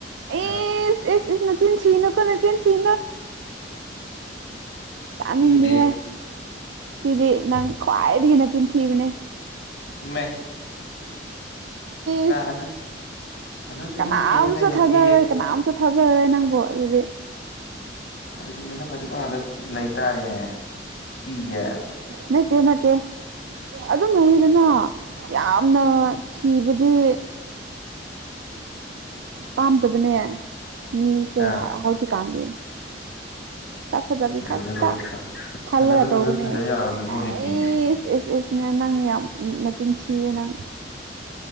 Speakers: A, on the right; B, on the left.
A: ꯏꯁ
B: ꯑꯥ
A: ꯏꯁ ꯅꯆꯤꯟ ꯊꯤꯅꯀꯣ ꯅꯆꯤꯟ ꯊꯤꯅꯨ
B: <unintelligible>
A: ꯇꯥꯅꯤꯡꯗꯦꯍꯦ
B: ꯊꯤꯗꯦ
A: ꯁꯤꯗꯤ ꯅꯪ ꯈ꯭ꯋꯥꯏꯗꯒꯤ ꯅꯆꯤꯟꯊꯤꯕꯅꯦ
B: ꯃꯦ
A: ꯏꯁ
B: ꯑꯗꯨ ꯑꯗꯨ ꯁꯨꯝ
A: ꯀꯅꯥꯝ
B: ꯌꯦꯡ ꯂꯩꯔꯗꯤ
A: ꯁꯨ ꯊꯖꯔꯣꯢ ꯀꯅꯥꯝꯁꯨ ꯊꯥꯖꯔꯔꯣꯏ ꯅꯪꯕꯣ ꯑꯗꯨꯗꯤ
B: ꯑꯗꯨꯗꯤ ꯃꯁꯛ ꯐꯖꯕ ꯉꯥꯛꯇ ꯂꯩꯇꯥꯔꯦꯅꯦ ꯅꯨꯄꯤꯁꯦ
A: ꯅꯠꯇ ꯅꯠꯇ ꯑꯗꯨꯝ ꯂꯩꯗꯅ ꯌꯥꯝꯅ ꯊꯤꯕꯗꯤ ꯄꯥꯝꯗꯕꯅꯦ ꯃꯤꯁꯦ
B: ꯑꯥ
A: ꯍꯧꯖꯤꯛꯀꯥꯟꯗꯤ ꯆꯥꯛ ꯐꯖꯥꯕꯤ
B: ꯐꯖꯕꯩꯕꯨ
A: ꯈꯛꯇ ꯈꯜꯂꯒ
B: ꯐꯖꯕꯩꯕꯨ
A: ꯇꯧꯕꯅꯦ
B: ꯂꯣꯏ ꯐꯖ ꯌꯥꯔꯕꯗꯨꯕꯨ ꯍꯧꯖꯤꯛꯇꯤ
A: ꯑꯩ ꯑꯦꯁꯅ ꯅꯪ ꯌꯥꯝꯅ ꯆꯤꯟ ꯊꯤꯌꯦ ꯅꯪ